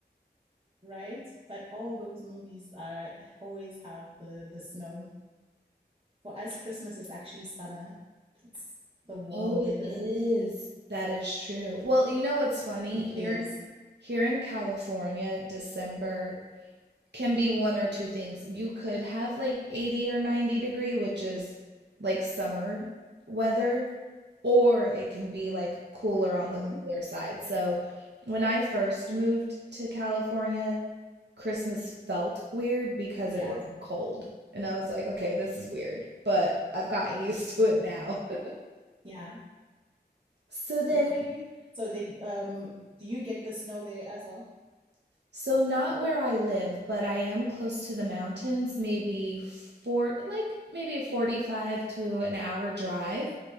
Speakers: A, on the right (about 35°); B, on the right (about 80°).
A: right. But all those movies are always have the the snow for us, Christmas is actually summer. It's the warm
B: Oh, it
A: weather.
B: is. That is true. Well, you know what's funny?
A: It
B: Here,
A: is.
B: here in California, December can be one or two things. You could have like 80 or 90 degree, which is like summer weather, or it can be like cooler on
A: Mm-hmm.
B: the cooler side. So when I first moved to California, Christmas felt weird because
A: Yeah.
B: it wasn't cold. And I was like, okay, this is weird, but I've gotten <laughs> used to it now. <laughs>
A: Yeah.
B: So then
A: Okay. So they um do you get the snow there as well?
B: So not where I live, but I am close to the mountains, maybe four, like maybe 45 to an hour drive,